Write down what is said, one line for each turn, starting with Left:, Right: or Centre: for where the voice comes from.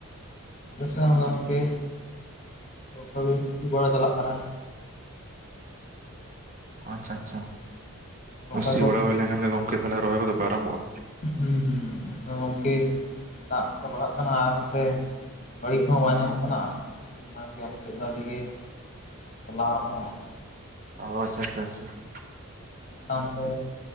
Left: ᱟᱞᱮ ᱥᱮᱫ ᱦᱚᱸ ᱜᱚᱢᱠᱮ ᱠᱟᱹᱢᱤ ᱜᱚᱲᱚ ᱪᱟᱞᱟᱜ ᱠᱟᱱᱟ ᱾
Right: ᱟᱪᱪᱷᱟ ᱟᱪᱪᱷᱟ
Left: ᱨᱚᱦᱚᱭ
Right: ᱾ ᱥᱤ
Left: ᱠᱚ
Right: ᱵᱟᱲᱟ ᱦᱩᱭ ᱞᱮᱱᱠᱷᱟᱱ ᱜᱮ ᱜᱚᱝᱠᱮ ᱛᱟᱦᱚᱞᱮ ᱨᱚᱦᱚᱭ ᱠᱚᱫᱚ ᱯᱮ ᱟᱨᱟᱨᱚᱢᱵᱷᱚᱜᱼᱟ?
Left: ᱦᱩᱸ ᱦᱩᱸ ᱾ ᱟᱫᱚ ᱜᱚᱝᱠᱮ ᱫᱟᱜ ᱠᱚ ᱞᱟᱜᱟᱜ ᱠᱟᱱᱟ ᱟᱨ ᱱᱚᱱᱛᱮ ᱜᱟᱹᱲᱤ ᱠᱚᱦᱚᱸ ᱵᱟᱝ ᱧᱟᱢᱚᱜ ᱠᱟᱱᱟ ᱾ ᱚᱱᱟᱜᱮ ᱟᱞᱮᱥᱮᱫ ᱫᱚ ᱟᱹᱰᱤᱜᱮ ᱡᱟᱞᱟᱣ ᱟᱠᱟᱱᱟ ᱾
Right: ᱟᱪᱪᱷᱟ ᱟᱪᱪᱷᱟ ᱟᱪᱪᱷᱟ ᱾
Left: ᱢᱤᱫ ᱥᱟᱶᱛᱮ